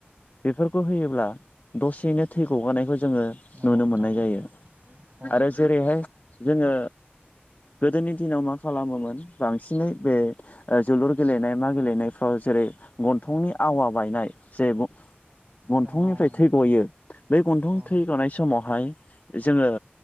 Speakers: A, on the left; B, on the right.
A: बेफोरखौ होयोब्ला दसेयैनो थै गगानायखौ जोङो नुनो
B: नंगौ नोंथां
A: मोननाय
B: औ
A: जायो
B: औ
A: आरो जेरैहाय जोङो गोदोनि दिनाव मा खालामोमोन बांसिनै बे ओ जोलुर गेलेनाय मा गेलेनायफ्राव जेरै गन्थंनि आवा बायनाय जे गन्थंनिफ्राय
B: नंगौ नंगौ
A: थै गयो बे गन्थं
B: औ
A: थै गनाय समावहाय जोंङो